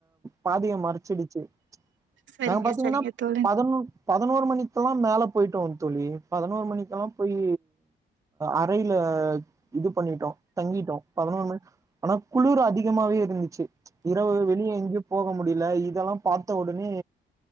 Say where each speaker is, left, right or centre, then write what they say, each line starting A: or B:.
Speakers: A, on the right; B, on the right.
A: பாதைய மறச்சிடுச்சு
B: சரிங்க
A: நாங்க பாத்தீங்கன்னா
B: சரிங்க தோழன்.
A: பதினொ பதினோரு மணிக் மணிக்லாம் மேல போயிட்டோம் தோழி பதினோரு மணிக்கல்லாம் போய் அறயில இது பண்ணிட்டோம் தங்கிட்டோம் பதினொரு மணி ஆனா குளிர் அதிகமாவே இருந்துச்சு இரவு வெளியே எங்கேயும் போக முடியல இதெல்லாம் பாத்த ஒடனே